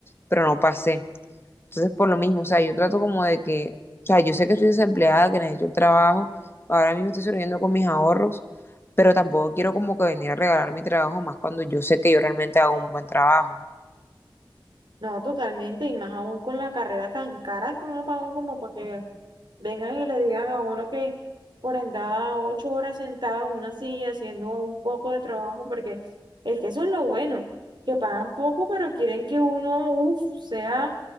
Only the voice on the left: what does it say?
pero no pasé. Entonces, por lo mismo, o sea, yo trato como de que, o sea, yo sé que estoy desempleada, que necesito el trabajo, ahora mismo estoy sobreviviendo con mis ahorros, pero tampoco quiero como que venir a regalar mi trabajo, más cuando yo sé que yo realmente hago un buen trabajo.